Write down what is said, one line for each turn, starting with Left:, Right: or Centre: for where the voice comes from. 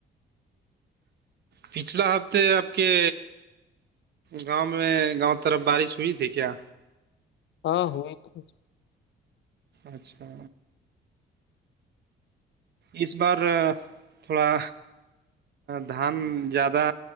Right: پچھلا ہفتے آپ کے گاؤں میں گاؤں طرف بارش ہوئی تھی کیا
Left: ہاں ہوئی تھی
Right: اچھا اس بار تھوڑا دھان زیادہ